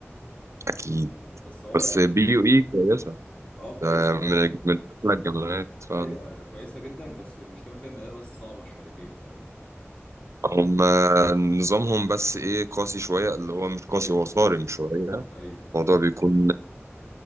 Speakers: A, on the right (about 80°); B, on the left (about 25°).
A: اكيد
B: آه، بس اه
A: بس
B: يعني
A: بي يو اي كويسة
B: اه كويسه
A: ده من
B: آه،
A: من أحلى الجامعات فعلا
B: ايوه كويسه جدا بس المشكله فيها ان هي بس صعبه شويتين فاهم
A: هم نظامهم بس ايه قاسي شوية اللي هو مش قاسي
B: ايوه
A: هو صارم شوية
B: ايوه
A: الموضوع بيكون